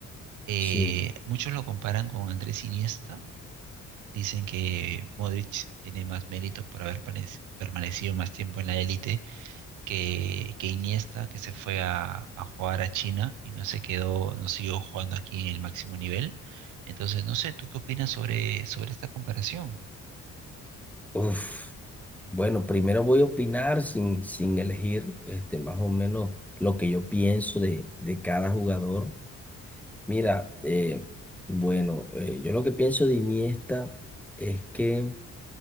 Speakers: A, on the right; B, in the centre.
A: Eh,
B: sí.
A: muchos lo comparan con Andrés Iniesta, dicen que Modric tiene más mérito por haber pane- permanecido más tiempo en la élite que, que Iniesta, que se fue a, a jugar a China y no se quedó, no siguió jugando aquí en el máximo nivel. Entonces, no sé, ¿tú qué opinas sobre, sobre esta comparación?
B: Uf. Bueno, primero voy a opinar sin, sin elegir este, más o menos lo que yo pienso de, de cada jugador. Mira, eh, bueno, eh, yo lo que pienso de Iniesta es que